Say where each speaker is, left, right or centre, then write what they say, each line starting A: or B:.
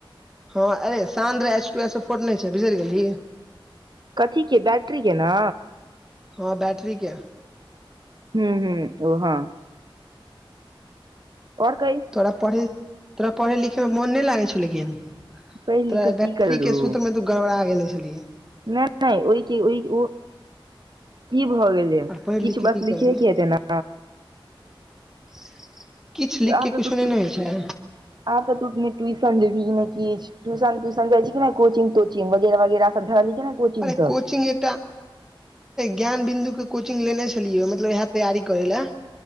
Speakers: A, in the centre; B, on the right (about 50°).
A: हँ अरे साँझ रे एस एस ओ फोर नहि छै बिसरि गेलही
B: कथी के बैट्ररी के ने
A: हँ बैटरी केँ
B: हू ह ओहँ आओर कहि
A: तोरा पढ़ तोरा पढ़ै लिखै मे मोन नहि लागै छौ लेकिन
B: पढ़ि लिख
A: तोरा
B: कऽ की करू
A: के सूत्र मे तू गड़बड़ागे छलियै
B: नहि नहि ओहि कि ओहि ओ की भऽ गेलै
A: आर पढ़ि
B: किछु
A: लिख के की
B: बस लिखेके
A: करबही
B: हेतै ने
A: <inaudible>
B: आ
A: के
B: तऽ
A: कुछो
B: तू
A: नहि ने होइ छै
B: आ तऽ तू ट्यूशन देबी नहि किछु टयूशन त्यूशनाए छै कि नहि कोचिंग तोचिंगगैर वगरह सबब धरा रहलली नहि कोचिंग
A: म
B: सब
A: कचिंग एकटा ज्ञान बिन्दु के कोचिंग लेने छलियै मतलब इएह तैयारी करे ले